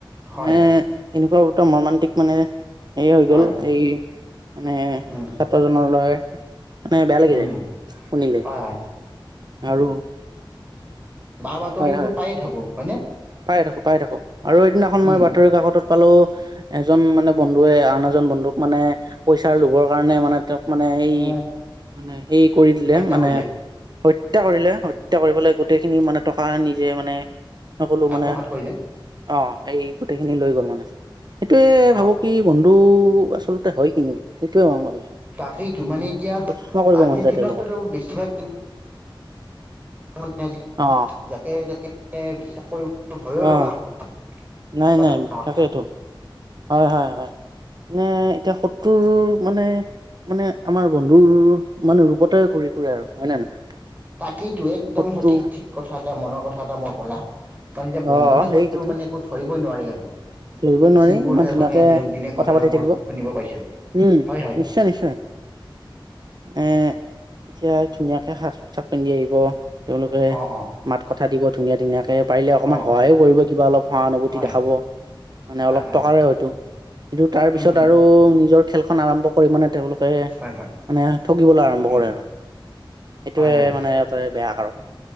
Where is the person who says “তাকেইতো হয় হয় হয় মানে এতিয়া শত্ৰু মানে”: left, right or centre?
Right